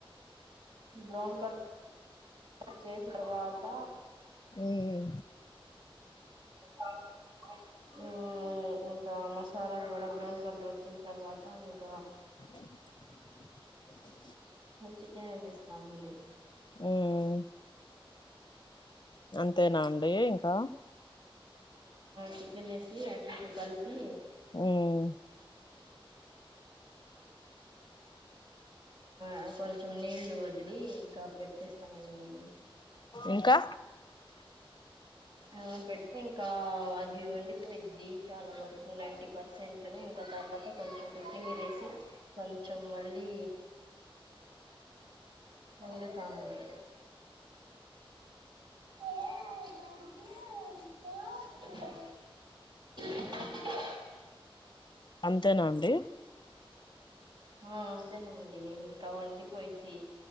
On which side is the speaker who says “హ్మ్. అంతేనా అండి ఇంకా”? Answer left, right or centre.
Left